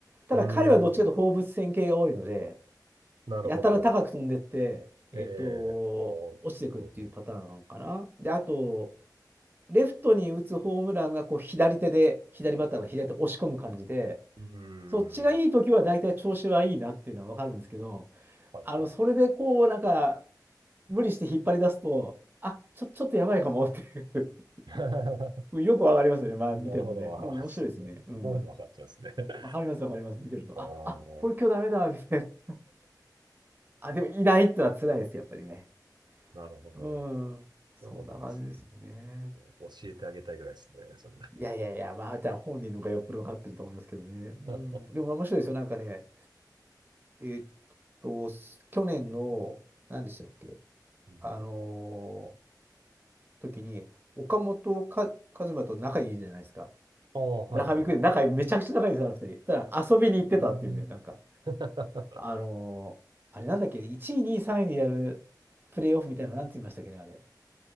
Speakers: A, on the right (about 25°); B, on the right (about 85°).
A: ただ彼はどっちかというと放物線系が多いので、
B: うーん、なるほど。
A: やたら高く飛んでって、えっと、
B: ええもう、
A: 落ちていくっていうパターンかな。
B: うん
A: で、あと、レフトに打つホームランがこう左手で、左バッターが左手押し込む感じで、
B: うん、うー
A: そっちがいい時は大体調子はいいなっていうのは分かるんですけど、
B: ん、はいはい。
A: あの、それでこう、なんか、無理して引っ張り出すと、あ、ちょ、ちょっとやばいかもっていう
B: <laughs>
A: <laughs> うんよくわかりますよね。まあ、
B: なるほど。
A: 見てるとね。
B: あーそうなんですね。
A: うん、面白いですね。うん。
B: ここまで分かっちゃうんですね。<laughs>
A: わかります、わかります。見てると。
B: ああ、
A: あ、あ、これ今日ダメだ、みたいな。<laughs> あ、でもいないってのは辛いです、やっぱりね。
B: なるほど。
A: うん。そんな感じですよね。
B: そうなんですね。教えてあげたいぐらいですね、それ。
A: いやいやいや、まあ、じゃあ本人の方がよっぽどわかってると思いますけどね。うん。
B: <laughs>
A: でも面白いですよ。なんかね、えーっと、去年の、何でしたっけ、
B: うん、
A: あのー時に、岡本か和真と仲いいじゃないですか。
B: ああ、はいはいはい。
A: 中見くんで仲めちゃくちゃ仲いいんですよ、あの二人。ただ遊びに行ってたっていうね、
B: うん
A: なんか、
B: <laughs>
A: あのーあれなんだっけ、1位、2位、3位でやるプレイオフみたいなの、なんて言いましたっけね、あれ。